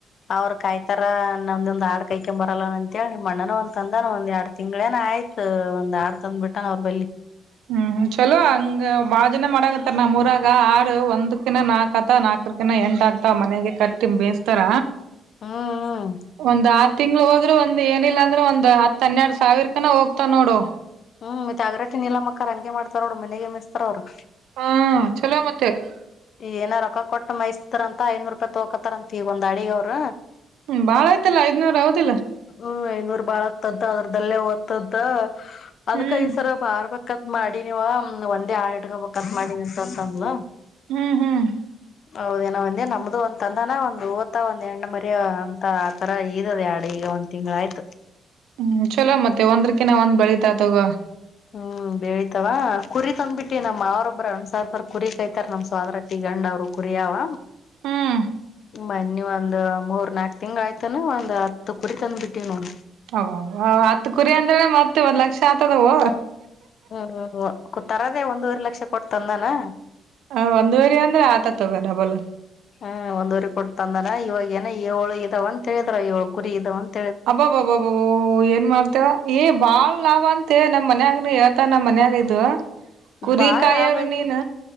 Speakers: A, on the left; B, on the right.
A: ಅವ್ರ ಕಾಯ್ತಾರ ನಮ್ದೊಂದ್ ಆಾಡ್ ಕೈಕ್ ಬರಲ್ಲ ಅಂತಿ ನಿಮ್ಮ ಅಣ್ಣನ ಒಂದ್ ತಂದಾನ ಒಂದ್ ಎರಡ್ ತಿಂಗ್ಗಳೇನ ಆಯ್ತ ಒಂದ್ ಆಾಡ್ ತಂದ್ಬ ಬಿಟ್ಟಾನ ಅವ್ರ ಬಲ್ಲಿಿ
B: ಹ್ಮ್ ಚಲೋ ಹಂಗ ಭಾಜನ ಮಾಡಗತ್ತಾರ ನಮ್ೂರಾಗ ಆಾ ಒಂದಕಿಿನ ನಾಕ್ ಆತ ನಾಕರಕಿನ ಎಂಟ ಆಗ್ತ ಮನೆಗೆ ಕಟ್ಟಿ ಬೇಯಸ್ತಾರ
A: ಹ್ಮ್
B: ಒಂದ್ ಆರು ತಿಂಗಳ ಹೋದ್ರೆ ಒಂದ ಒ ಏನಿಲ್ಲ ಅಂದ್ರೆ ಒಂದ್ ಹನ್ನೆರಡು ಸಾವಿರ ಕನ ಹೋಗ್ತಾ ನೋಡು
A: ಹ್ಮ್ ಮತ್ತಗ್ರಾತಿ ಇಲ್ಲ ಮಕ್ಕ ಹಂ ಮಾಡತಾರ ಅವ ಮನೆಗೆ ಮಿಸ್ಾರ ಅವರು
B: ಹಾ ಚಲೋ ಮತ್ತೆ ತ್ತುೆ
A: ಈ ಏನ ರೊಕ್ಕ ಕೊಟ್ಟ ಮೈಸ್ತರಂತ ಐನೂರು ರೂಪಾಯಿ ತೊಕೋತಾರಂತ ಈಗ ಒಂದ್ ಅಡಗ ಅವರು
B: ಹ್ಮ ಬಾಳ ಆಯ್ತಲ್ಲಾ ಐದ್ನೂರ ಅವತಿಲ್ಲ
A: ಹ್ಮ ಐನೂರು ಬಾಳ ಆಗ್ತದ ಅದ್ರದಲ್ಲೇ ಓದ್ತದ ಅದ್ಕ
B: ಹ್ಮ್
A: ಈಸರ ಬಾರ್ ಮ ಕತ್ ಮಾಡ ನೀವ ಒಂದೇ ಆ ಬ ಕತ್ ಮಾಡಿನಿ ಅಂತ ಅಂತಂದಲ
B: ಹ್ಮ್ ಹ್ಮ್
A: ಹೌದೇನ ಒಂದ ನಮ್ದು ಒಂದ್ ತಂದಾನ ಒಂದ್ ವತ್ತ ಒಂದ್ ಎಣ್ಣ ಮರಿ ಅಂತ ಆತರ ಇದದ ಆಡ ಈಗ ಒಂದ್ ತಿಂಗ್ ಆಯ್ತು
B: ಹ್ಮ್ ಚಲೋ ಮತ್ತೆ ಒಂದ್ರಕ್ಕೆ ನಾವ ಒಂದ್ ಬೆಳಿತಾತೋಗ
A: ಹ್ಮ್ ಬೆಳಿತಾವ ಕುರಿ ತಂದ್ಬಿಟ್ಟಿ ನಮ್ ಅವ್ರೊಬ್ಬ್ರ ಅಣಸರ್ಸರ್ ಕುರಿ ಕಾಯ್ತಾರ ನಮ್ ಸೋದ್ರ ತಿಿಗಂಡ ಅವರು ಕುರಿಯ ಅವ
B: ಹ್ಮ್
A: ಬನ್ನಿ ಒಂದ್ ಮೂರ್ ನಾಕ್ ತಿಂಗ್ ಆಯ್ತಾನ ಒಂದ್ ಹತ್ ಕುರಿ ತಂದ್ಬಿಟ್ಟಿ ನೋಡ
B: ಹ ಹತ್ತು ಕುರಿ ಅಂದ್ರ ಮತ್ತ ಒಂದ್ ಲಕ್ಷ ಆಗ್ತದವು
A: ಹ್ಮ್ ಹ್ಮ್ ಹ್ಮ ತರದೇ ಒಂದೂವರೆ ಲಕ್ಷ ಕೊಡ್ತಾರ ಹ
B: ಹ ಒಂದ್ವರಿ ಅಂದ್ರೆ ಆತ ತಗ ಡಬಲ್
A: ಹ್ಮ ಒಂದ್ವರಿ ಕೊತ ಅಂದನ ಇವಾಗಏನ ಏಳು ಇದಾವ ಅಂತ ಹೇಳಿದ್ರ ಏಳ ಕುರಿ ಇದಾವಂತ
B: ಅಬ್ಬಬ್ಬಬ್ಬಬಬ ಏನ್ ಮಾಡ್ತೇವ ಏ ಬಾಳ್ ಲಾಭ ಅಂತ ನಮ್ ಮನ್ಯಾಗನು ಹೇಳ್ತ ನಮ್ಮ ಮನ್ಯಾಗ ಇದು ಕುರಿಕಾಯರು
A: ಬಾಳ್ ಲಾಭ ಐತ್
B: ನೀನ್